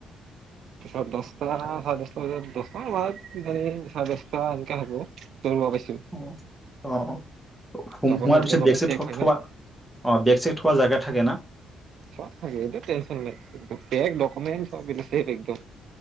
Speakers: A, on the right (about 70°); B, in the centre.
A: পিছত দচটা চাৰে দচটা বজাত, দচটা, ৱাইফ জনি, চাৰে দচটা এনকে ভাবো, দৌৰিব পাইছো।
B: <unintelligible>
A: ডকুমেণ্ট চকুমেণ্ট চেক হয় না
B: থাকে না।
A: চব থাকে এইটোত টেনচন নাই বেগ ডকুমেণ্ট। চব মিলিছে কিন্তু,